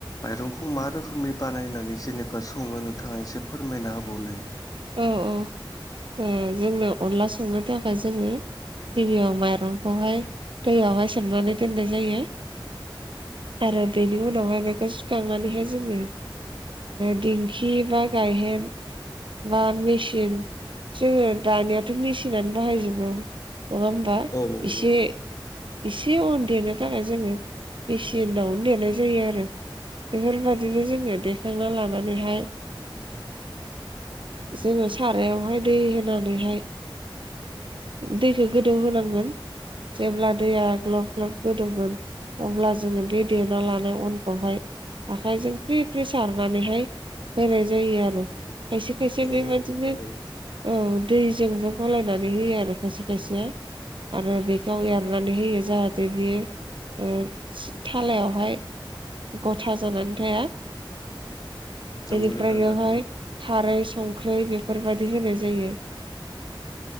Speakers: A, on the left (about 40°); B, on the right (about 70°).
A: माइरंखौ मा रोखोमै बानायनानै जेनेबा सङो नोंथाङा एसे फोरमायना होबावनाय
B: औ औ जोंनो अनला संनो थाखाय जोङो गिबियाव माइरंखौहाय दैयावहाय सोमनानै दोननाय जायो आरो बेनि उनावहाय बेखौ सिखांनानैहाय जोङो दिंखि बा गायहेन बा मेसिन जोङो दानियाथ' मेसिनानो बाहायजोबो नङा होमबा
A: औ नंगौ
B: इसे
A: नोंथां
B: एसे अन देरनो थाखाय जोङो मेसिनावनो देरनाय जायो आरो बेफोरबायदिनो जोङो देखांना लानानैहाय जोङो सारायावहाय दै होनानैहाय बे दैखौ गोदौहांगोन जेब्ला दैया ग्लब ग्लब होदोंमोन अब्ला जोङो बे देना लानाय उनखौहाय आखाइजों फ्रि फ्रि सारनानैहाय होनाय जायो आरो खायसे खायसे
A: नंगौ
B: बेबदिनो
A: नोंथां थारैनो
B: औ दैजोंबो गलायनानै होयो आरो खायसे खायसेया आरो बेखौ एरनानै होयो जाहाथे बियो थालायावहाय गथा जानानै थाया
A: नंगौ
B: बिदिफ्राय
A: नोंथां
B: गाहाय
A: थारैनो
B: खारै संख्रि बेफोरबायदि होनाय जायो